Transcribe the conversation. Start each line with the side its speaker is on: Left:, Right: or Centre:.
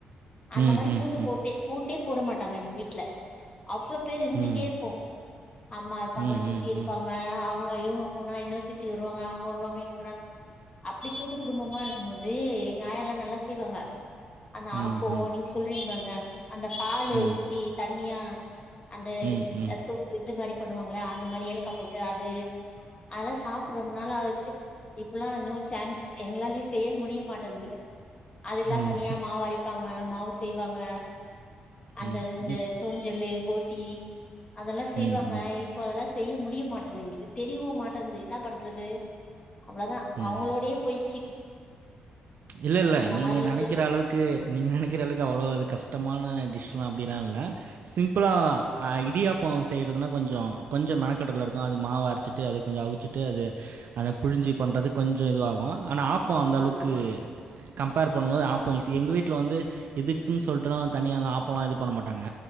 Left: அந்த
Right: ம்
Left: மாரி
Right: ம்
Left: பூட்டு போட்டு பூட்டே போட மாட்டாங்க எங்க வீட்ல அவ்ளோ பேர் இருந்துட்டே
Right: ம் ம்
Left: இருப்போ அம்மா தங்கச்சி
Right: ம் ம்
Left: சித்தி இருப்பாங்
Right: ம்
Left: க அவுங்க இவுங்க போனா இன்னெரு சித்தி வருவாங்க அவங்க வருவாங்க இவுங்க வருவாங்க அப்படி கூட்டு குடும்பமா இருப் க்கும் போது எங்க ஆயால்லா நல்லா செய்வாங்க அந்த
Right: ம்
Left: ஆப்போ
Right: ம்
Left: நீங்க சொல்றீங்க பாருங்க அந்த பாலு
Right: ம்
Left: ஊத்தி தண்ணியா அந்த
Right: ம்
Left: வித்
Right: ம்
Left: தொக் இது மாரி பண்ணுவாங்களா அந்த மாரி ஏலக்கா போட்டு அது அதெல்லா சாப்புட்டு ரொம்ப நாளாகுது இப்பல்லா நியூ சான்ஸ் எங்கலாலே ஸ் செய்ய முடிய மாட்டேங்து அதுக்ல்லா
Right: ம்
Left: தனியா மாவரைப் பாங்க மாவு செய்வாங்க அந்த
Right: ம்
Left: இந்த
Right: இல்
Left: தூஞ்சலு போட்டி அதெல்லா செய்வாங்க
Right: ம் ம்
Left: இப்போ அதெல்லா செய்ய முடிய மாட்டேன்கிது தெரியவு மாட்டேன்கிது என்னா பண்றது அவ்ளோதா
Right: ம்
Left: அவங்களோடையே போயிச்சு
Right: இல்லல்ல
Left: அந்த
Right: நீங்க
Left: மாரி இருக்கு
Right: நெனைக்கிற அளவுக்கு நீங்க நெனைக்கிற அளவுக்கு அவ்ளோ அது கஷ்டமான டிஷ்லா அப்படிலா இல்ல சிம்பிளா ஆ இடியாப்போ செய்யறதுனா கொஞ்சோ கொஞ்ச மெனக்கடல இருக்கு அது மாவு அரைச்சிட்டு அது கொஞ்சோ அவிச்சிட் டு அது அத புழிஞ்சி பண்றது கொஞ்சோ இதுவாகு ஆனா ஆப்போ அந்தளவுக்கு
Left: ஆமா ஆமா
Right: கம்பேர் பண்ணும்போது ஆப்போ ஈஸி எங்க வீட்ல வந்து இதுக்குன் சொல்ட்டுலா தனியாலா ஆப் போலா இது பண்ண மாட்டாங்க